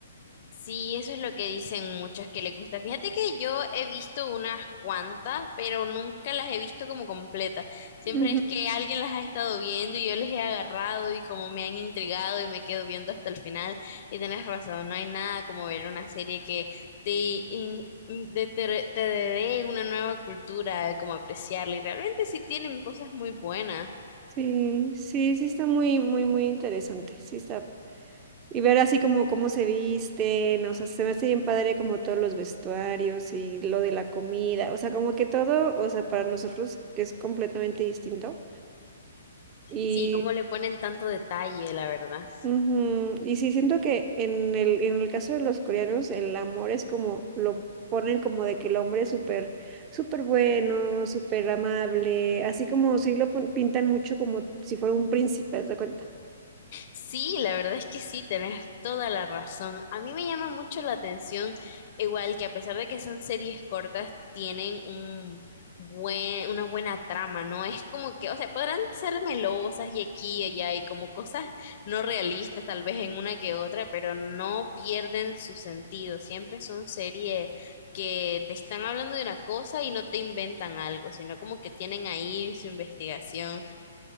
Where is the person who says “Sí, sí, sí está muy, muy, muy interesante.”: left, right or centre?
Right